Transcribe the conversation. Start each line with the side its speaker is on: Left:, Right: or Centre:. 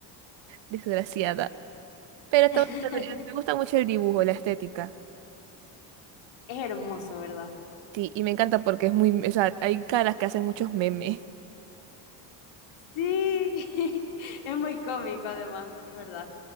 Right: desgraciada. Pero está
Left: <laughs>
Right: bonito, eh, me gusta mucho el dibujo, la estética.
Left: Es hermoso, ¿verdad?
Right: Sí, y me encanta porque es muy, o sea, hay caras que hacen muchos memes.
Left: Sí, <laughs> es muy cómico además, es verdad.